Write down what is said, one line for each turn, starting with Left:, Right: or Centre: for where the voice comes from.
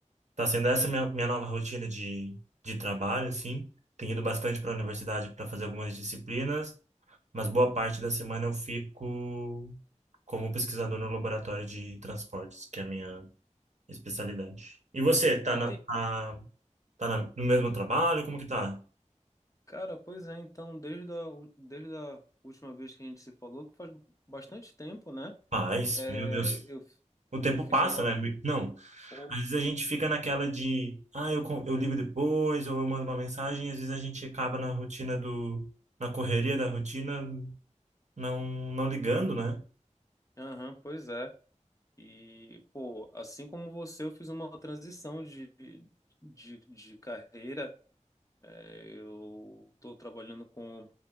Right: está sendo essa minha, minha nova rotina de, de trabalho, assim. Tenho ido bastante para a universidade para fazer algumas disciplinas mas boa parte da semana eu fico como pesquisador no laboratório de transportes, que é a minha especialidade. E você, tá
Left: Ente-
Right: na, tá, tá na- no mesmo trabalho? Como que tá?
Left: Cara, pois é, então, desde a, desde a última vez que a gente se falou, que faz bastante tempo, né?
Right: Paz,
Left: É,
Right: meu Deus.
Left: eu,
Right: O tempo
Left: eu fiz
Right: passa,
Left: uma.
Right: né? Não.
Left: Pô,
Right: Às vezes a gente fica naquela de, ah, eu, con- eu ligo depois, ou eu mando uma mensagem, e às vezes a gente acaba na rotina do, na correria da rotina, não, não ligando, né?
Left: aham, pois é. E, pô, assim como você, eu fiz uma transição de, de, de carreira. É, eu tô trabalhando com